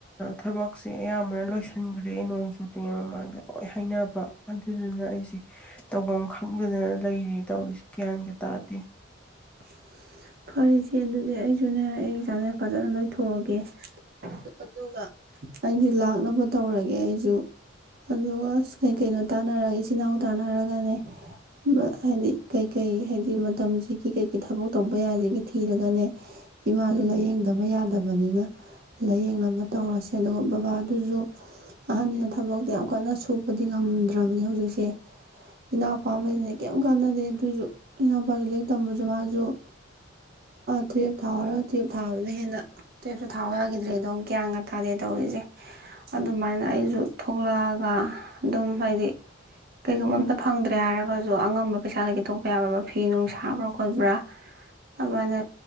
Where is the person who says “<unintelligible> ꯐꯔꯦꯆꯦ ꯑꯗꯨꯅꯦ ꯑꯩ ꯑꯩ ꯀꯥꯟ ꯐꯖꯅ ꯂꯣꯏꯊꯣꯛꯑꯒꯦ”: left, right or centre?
Right